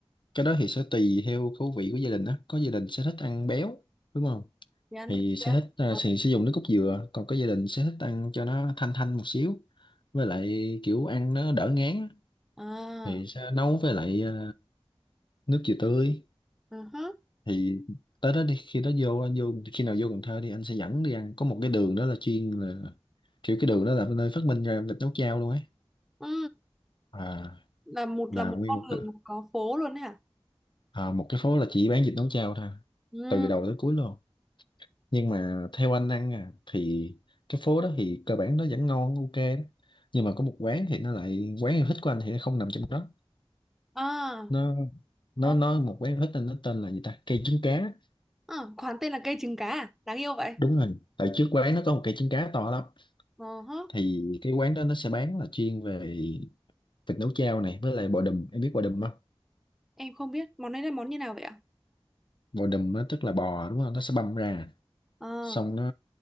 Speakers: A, on the left (about 50°); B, in the centre.
A: cái đó thì sẽ tùy theo khẩu vị của gia đình đó có gia đình sẽ thích ăn béo đúng không
B: thì ăn
A: thì
B: luôn
A: sẽ thích à,
B: Ờ.
A: thì sử dụng nước cốt dừa còn có gia đình sẽ thích ăn cho nó thanh thanh một xíu với lại kiểu ăn nó đỡ ngán á.
B: à
A: thì sẽ nấu với lại à, nước dừa tươi
B: ừ hứ.
A: thì tới đó đi khi đó vô anh vô khi nào vô Cần Thơ đi anh sẽ dẫn đi ăn có một cái đường đó là chuyên là kiểu cái đường đó là nơi phát minh ra vịt nấu chao luôn ấy
B: ừ
A: à
B: là một
A: là
B: là một
A: nguyên
B: con
A: một
B: đường
A: đường
B: có phố luôn đấy hả
A: à, một cái phố là chỉ bán vịt nấu chao thôi
B: ừ
A: từ đầu tới cuối luôn nhưng mà theo anh ăn à thì cái phố đó thì cơ bản nó vẫn ngon ok đó nhưng mà có một quán thì nó lại quán yêu thích của anh thì nó không nằm trong đó
B: à
A: nó nó
B: ok
A: nó một quán yêu thích nên nó tên là gì ta cây trứng cá
B: à, quán tên là cây trứng cá à đáng yêu vậy
A: đúng rồi tại trước quán nó có một cây trứng cá to lắm
B: ờ hứ.
A: thì cái quán đó nó sẽ bán là chuyên về vịt nấu chao này với lại bò đùm em biết bò đùm không
B: em không biết món này là món như nào vậy ạ
A: bò đùm nó tức là bò đúng không nó sẽ băm ra
B: Ờ,
A: xong nó